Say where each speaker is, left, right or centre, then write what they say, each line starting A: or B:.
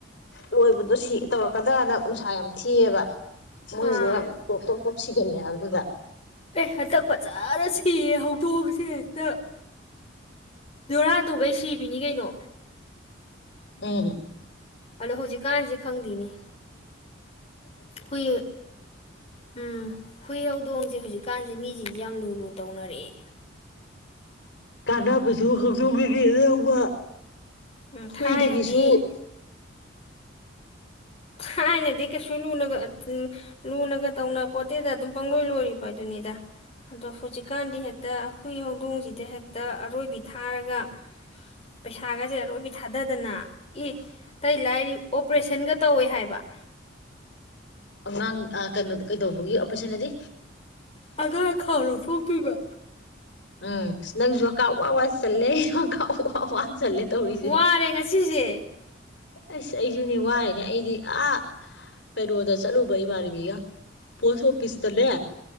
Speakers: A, on the left; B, on the left.
A: ꯂꯣꯏꯕꯗꯣ ꯁꯤ ꯇꯧꯔꯛꯀꯗ꯭ꯔꯅ ꯅꯨꯡꯁꯥ ꯌꯥꯝ ꯊꯤꯑꯕ ꯃꯣꯏ
B: ꯑꯥ
A: ꯌꯥꯝ ꯄꯇ ꯄ ꯁꯤꯒꯂꯦ ꯑꯗꯨꯒ
B: ꯑꯦ ꯑꯗ ꯄ ꯆꯥꯔ ꯊꯤꯌꯦ ꯍꯧꯗꯣꯛꯑꯒꯁꯦ ꯍꯦꯛꯇ ꯣꯔꯥꯗꯨꯒꯩ ꯁꯤꯕꯤꯅꯤ ꯀꯩꯅꯣ
A: ꯂꯩꯦꯔꯤ
B: ꯑꯗꯣ ꯍꯧꯖꯤꯛꯀꯥꯟꯁꯤꯦ ꯈꯪꯗꯦꯅꯦ ꯍꯨꯏ ꯎꯝ ꯍꯨꯏꯎꯗꯣꯡꯁꯦ ꯍꯧꯖꯤꯛ ꯍꯧꯖꯤꯛ ꯀꯥꯟꯁꯦ ꯃꯤꯁꯤꯡꯁ ꯌꯥꯝ ꯂꯨ ꯂꯨ ꯇꯧꯅꯔꯛꯑꯦ
A: ꯀꯥꯟꯅꯕ ꯐꯁꯨ ꯍꯧꯪꯖꯣꯛꯕꯤꯔꯤ ꯌꯥꯎꯧꯕ
B: ꯎꯝ
A: ꯍꯨꯏꯗꯒꯤꯁꯨ
B: ꯊꯥꯏꯅꯗꯤ ꯊꯥꯏꯅꯗꯤ ꯀꯩꯁꯨ ꯂꯨꯅꯒ ꯂꯨꯅꯒ ꯇꯧꯅ ꯄꯣꯠꯠꯇꯦꯗ ꯑꯗꯨꯝ ꯄꯪꯂꯣꯏ ꯂꯣꯏꯔꯤꯕ ꯑꯗꯨꯅꯤꯗ ꯑꯗꯣ ꯍꯧꯖꯤꯛꯀꯥꯟꯗꯤ ꯍꯦꯛꯇ ꯍꯈꯏ ꯍꯧꯗꯣꯡꯁꯤꯗ ꯍꯦꯛꯇ ꯑꯔꯣꯏꯕꯤ ꯊꯥꯔꯒ ꯄꯩꯁꯥꯒꯁꯦ ꯑꯔꯣꯏꯕꯤ ꯊꯥꯗꯗꯅ ꯑꯦ ꯇꯩ ꯂꯥꯏꯔꯤ ꯑꯣꯞ ꯄ꯭ꯔꯁꯦꯟꯒꯠ ꯇꯧꯋꯦ ꯍꯥꯏꯕ
A: ꯑꯉꯥꯡ ꯀꯩꯅꯣ ꯀꯩꯗꯧꯕꯒꯤ ꯑꯣꯄꯔꯦꯁꯟꯗꯤ
B: ꯑꯗꯥ ꯈꯥꯎ ꯂꯧꯣꯊꯣꯛꯇꯣꯏꯕ
A: ꯎꯝ ꯅꯪꯁꯨ ꯀꯥ ꯋꯥ ꯋꯥ ꯆꯜꯂꯦ ꯑꯩ ꯁ ꯀꯥꯎ ꯋꯥ ꯆꯜꯂꯦ ꯇꯧꯔꯤꯁꯦ
B: ꯋꯥꯔꯦ ꯉꯁꯤꯁꯦ
A: ꯑꯁ ꯑꯩꯁꯨꯅꯦ ꯋꯥꯏꯅꯦ ꯑꯩꯗꯤ ꯑꯥ ꯀꯩꯅꯣꯗ ꯆꯠꯂꯨꯕ ꯏꯃꯥꯟꯅꯕꯤꯒ ꯄꯣꯁ ꯑꯣꯐꯤꯁꯇꯅꯦ